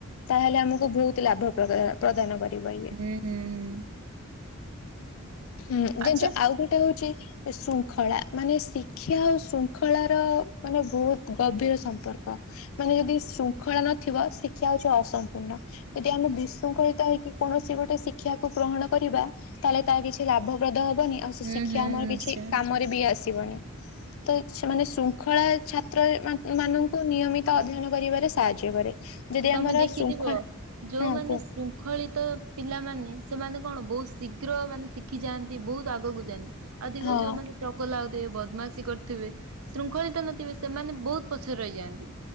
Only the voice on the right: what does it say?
ହୁଁ ହୁଁ
ଆଚ୍ଛା।
ହୁଁ
ହୁଁ
ନିଶ୍ଚୟ।
ଆଚ୍ଛା
ତମେ
ଦେଖିଥିବ
ଯୋଉମାନେ
ଶୃ ଙ୍ଖଳିତ ପିଲାମାନେେ ସେମାନେ କଣ ବହୁତ ଶୀଘ୍ର ମାନେ ଶିଖି ଯାଆନ୍ତି ବହୁତ ଆଗକୁ ଯାଆନ୍ତି। ଅଧିକ
ଯୋଉମାନେ ଚଗଲା ହଉଥିବେ ବଦମାସି କରୁଥିବେ ଶୃଙ୍ଖଳିତ ନଥିବେ ସେମାନେ ବହୁତ ପଛରେ ରହିଯାଆନ୍ତି।